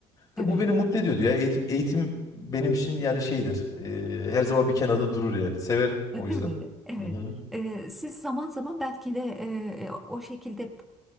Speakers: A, on the left; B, in the centre.
A: Ve
B: evet.
A: bu beni mutlu ediyordu ya. Eğitim, eğitim benim için yani şeydir. e, her zaman bir kenarda durur yani. Severim o
B: E,
A: yüzden.
B: Değil mi? Evet.
A: Hı hı.
B: Ee, siz zaman zaman belki de e, e, o şekilde